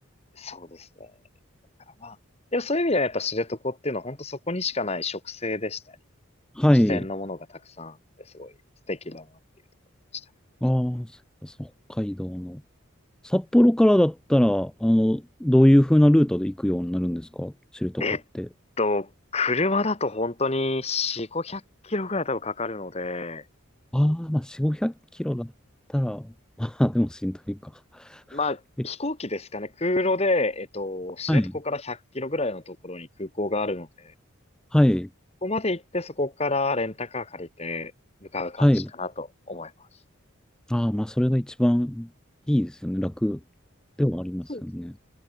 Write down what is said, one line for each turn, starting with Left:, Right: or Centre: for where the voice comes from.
Left: そうですね。だからまあ、でもそういう意味ではやっぱ知床っていうのは本当そこにしかない植生でしたり
Centre: はい。
Left: 自然のものがたくさんあってすごい素敵だなっていうところでしたね
Centre: ああ、そうそう北海道の。札幌からだったら、あの、どういう風なルートで行くようになるんですか知床って。
Left: えっと、車だと本当に4、500キロぐらい多分かかるので、
Centre: ああ、まあ、4、500キロだったら、まあ、でもしんどいか。<laughs>
Left: まあ、
Centre: え、
Left: 飛行機ですかね。空路で、えっと、知床から100キロぐらいのところに空港があるので、
Centre: はい、はい、
Left: ここまで行ってそこからレンタカー借りて向かう感じかなと思います。
Centre: はい。ああ、まあ、それが一番いいですよね。楽ではありますよね。
Left: そうです